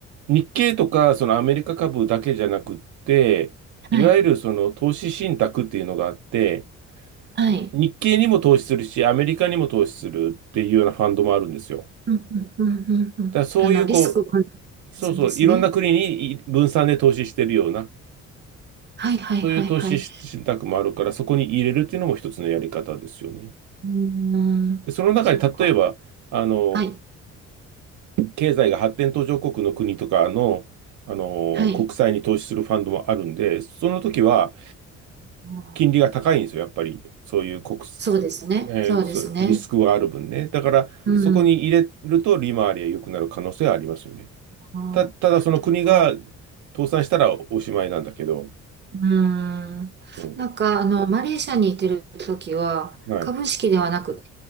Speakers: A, on the right (about 75°); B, on the right (about 35°).
A: ん、日経とか、そのアメリカ株だけじゃなくって、いわゆるその投資信託っていうのがあって、
B: はい。はい。
A: 日経にも投資するし、アメリカにも投資するっていうようなファンドもあるんですよ。
B: うんうんうんうんうん。
A: だからそういう、
B: あの、リスクを感る
A: こう、そうそう、
B: んですね。
A: いろんな国にい分散で投資してるような、
B: はいはいはいはい。
A: そういう投資し信託もあるから、そこに入れるっていうのも一つのやり方ですよね。
B: うーん、
A: で、その中に例えば、
B: そっか。
A: あの、
B: はい、
A: 経済が発展途上国の国とかの、あの、
B: はい。
A: 国債に投資するファンドもあるんで、その時は
B: あー
A: 金利が高いんですよ、やっぱり。そういう国、
B: そうですね、
A: えーそうリスクがある分ね。
B: そうですね。
A: だから、
B: うん、
A: そこに入れると利回りが良くなる可能性はありますよね。
B: あー、
A: た、ただその国が
B: そっか。
A: 倒産したらおしまいなんだけど。
B: うーん。
A: うん。
B: なんか、あの、マレーシアにいてる時は、
A: はい。
B: 株式ではなくて、